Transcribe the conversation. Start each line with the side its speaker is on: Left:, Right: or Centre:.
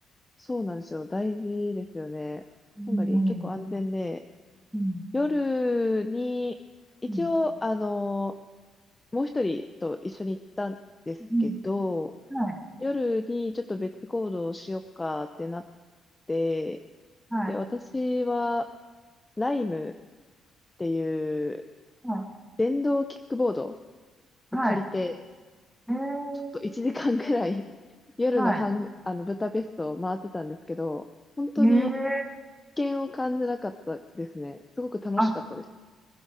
Left: そうなんですよ。大事ですよね。
Centre: う
Left: ハンガリー結構安全で、
Centre: ん。うん。
Left: 夜に、一応、
Centre: うん。
Left: あの、もう一人と一緒に行ったんですけど、
Centre: うんはい。
Left: 夜にちょっと別行動をしようかってなって、
Centre: はい。
Left: で、私は、ライムっていう
Centre: はい。
Left: 電動キックボードを借りて、
Centre: はい。えー、
Left: ちょっと1時間くらい <laughs> 夜のハン、
Centre: はい。
Left: あの、ブダペストを回ってたんですけど、本当に
Centre: えー、
Left: 危険を感じなかったですね。すごく楽しかったです。
Centre: あ、